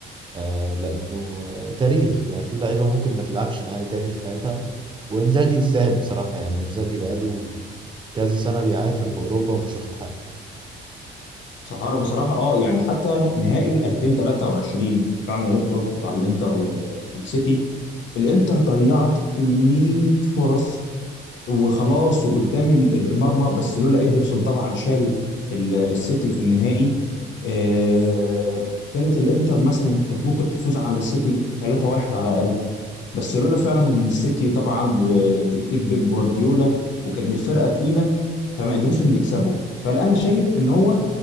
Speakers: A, on the right; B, on the left.
A: آه لأنه تاريخ يعني في لعيبة ممكن ما تلعبش نهائي تاني في حياتها وإنزاجي يستاهل بصراحة يعني إنزاجي بقاله كذا سنة بيعافر في أوروبا ومش واخد حقه
B: صحارى بصراحة اه يعني حتى نهائي 2023 فعلا اللي انت قلت بتاع الانتر وال- والسيتي الانتر ضيعت كمية فرص وخلاص وقدام ال- ال- المرمى بس لولا إيدرسون طبعا شال ال- السيتي في النهائي آه، كانت الانتر مثلا كانت ممكن تفوز على السيتي 3-1 على الأقل بس لولا فعلا ان السيتي طبعا وتكتيك بيب جوارديولا وكانت الفرقة تقيلة فما قدروش ان يكسبوا فانا شايف ان هو